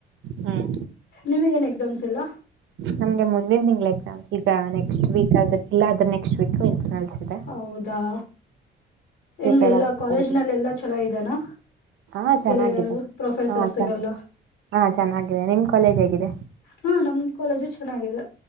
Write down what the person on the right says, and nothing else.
ಹ್ಮ್
ನಮ್ಗೆ ಮುಂದಿನ್ ತಿಂಗ್ಳ್ ಎಕ್ಸಾಮ್ಸ್. ಈಗ ನೆಕ್ಸ್ಟ್ ವೀಕ್ ಆದೆ ಇಲ್ಲ ಅದ್ರ್ ನೆಕ್ಸ್ಟ್ ವೀಕ್ ಇನ್ ನಲ್ಸಿದೆ
ಪ್ರಿಪೇರ್
ಆಗ್ತ
ಇದೀನಿ
ಹ ಚೆನ್ನಾಗಿದೆ
ಹ ಚೆನ
ಹ ಚೆನ್ನಾಗಿದೆ ನಿಮ್ ಕಾಲೇಜ್ ಹೇಗ್ ಹ